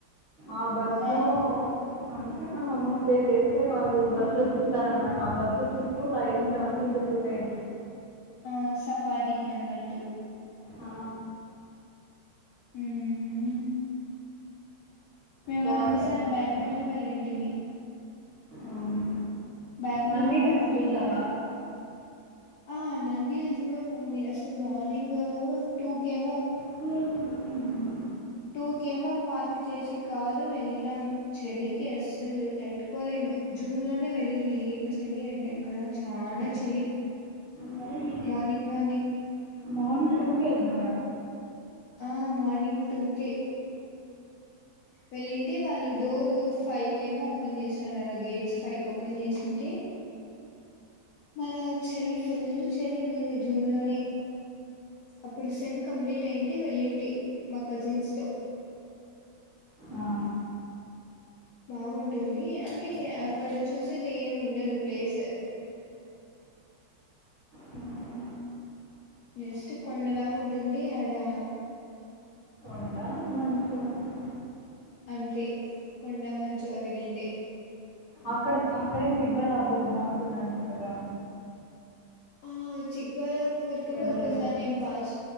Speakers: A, on the left; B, on the left.
A: ఆ బస్
B: ఆ
A: లో అ మనం అమౌంట్ పే చేస్తే వాళ్ళు బస్సు లో తిప్తారనమాట ఆ బస్సు చుట్టూ లైయెన్స్ అవన్నీ తిరుగుతాయి
B: ఆ సఫారీకి వెళ్ళినట్టు
A: ఆ!
B: మ్ మేం
A: బావుంటది.
B: అదోకసారి బెంగళూరు లో వెళ్ళింటిమి
A: అవును.
B: బెంగళూరు
A: నంది
B: లో కూడా
A: హిల్స్
B: ఉంది
A: చూసావా?
B: అద్ ఆ నంది హిల్స్ కూడా బాగుంది అసలు మార్నింగ్ టూకేమో
A: హ్మ్.
B: టూ కెమా పార్క్ చేసి కారు వెళ్ళినాం చెలికి అస్సలు తట్టుకోలేము జూన్ లోనే వెళ్ళింది ఏం చలి అంటే అక్కడ చాలా చలి
A: మరి
B: మార్నింగ్ మార్నింగ్
A: మార్నింగ్ టూ కే ఎల్లినర
B: ఆ మార్నింగ్ టూకె వెళ్ళింటే వాళ్ళు డోర్ ఫైవ్ కేమో ఓపెన్ చేసినారు అడ గేట్స్ ఫైవ్క్ ఓపెన్ చేసింటే మల్ల చలి ఫుల్ చలి ఉనింది జూన్ లోనే అప్పుడు సెమ్ కంప్లీట్ అయింటె వెళ్ళింటి మా కజిన్స్ తో
A: ఆ!
B: బాగుంటుంది అంటే అక్కడ చూసేది ఏం ఉండదు ప్లేస్
A: హ్మ్.
B: జస్ట్ కొండలాగా ఉంటుంది ఆడా
A: కొండ మంచు అంతా
B: అంతే కొండా మంచు అవిరెండే
A: అక్కడ అక్కడే చిక్బల్లాపూర్ బాగుంటుందంట కదా
B: ఆ చిక్బాలాపూర్ కూడా
A: వెళ్ళలేదు
B: ఒకసార్ నేను పాస్